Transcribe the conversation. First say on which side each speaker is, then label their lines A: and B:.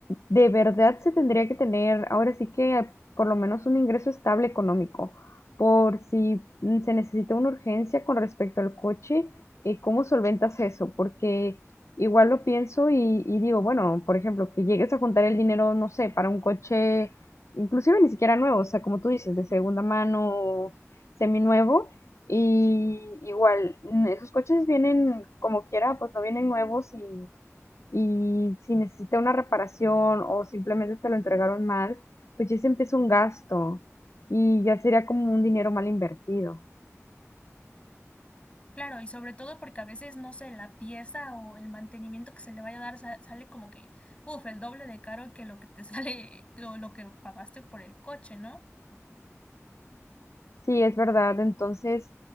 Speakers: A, on the left; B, on the left.
A: de verdad se tendría que tener ahora sí que por lo menos un ingreso estable económico, por si mm, se necesita una urgencia con respecto al coche, eh, ¿cómo solventas eso? Porque igual lo pienso y, y digo, bueno, por ejemplo, que llegues a juntar el dinero, no sé, para un coche inclusive ni siquiera nuevo, o sea, como tú dices, de segunda mano, seminuevo, y igual, mm, esos coches vienen como quiera, pues no vienen nuevos y, y si necesita una reparación o simplemente te lo entregaron mal, pues ya se empieza un gasto y ya sería como un dinero mal invertido.
B: Claro, y sobre todo porque a veces, no sé, la pieza o el mantenimiento que se le vaya a dar sa- sale como que, uff, el doble de caro que lo que te <laughs> sale o lo que pagaste por el coche, ¿no?
A: Sí, es verdad, entonces